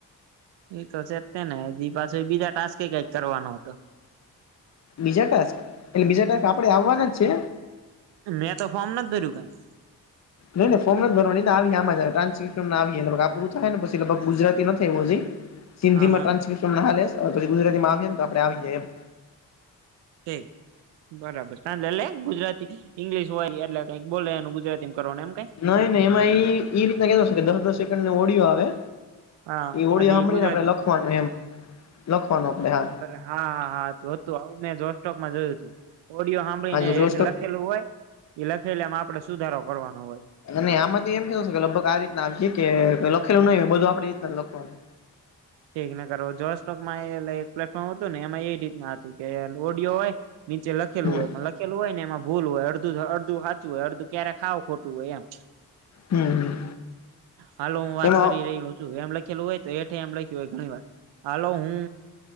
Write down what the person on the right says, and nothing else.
એ તો છે તે ને બી પાછ બીજા ટાસ્કે કક કરવાનો હતો
મેં તો ફોર્મ ન ભર્યું કઈ
હા
હા
ઠીક બરાબર સાાલે એટલે ગુજરાતી ઈંગ્લિશ હોય એટલે કઈક બોલે એનું ગુજરાતી કરવાનું એમ કઈ
હા
અને
ગુજરાતી
હા હા હા હતું આવું મેં જોસ્ટોકમાં જોયું હતું ઓડિયો સાંભળીને
હેઠ
લખેલું હોય એ લખેલામાં આપડે સુધારો કરવાનો હોય
ઠીક ને કર જોસ્ટોકમાં એ પ્લેટફોર્મ હતું ને એમાં એ રીતના હતું કે ઓડિયો હોય નીચે લખેલું
હોય મ કેલું હોય ને એમાં ભૂલ હોય અડધું અડધું સાચું હોય અડધું ક્યારે ખાવ ખોટું હોય એમ
હાલો હું વાત
કરી રહી એમ લખેલું હોય તો એઠ એમ લખ્યું હોય ઘણી વાર હાલો હું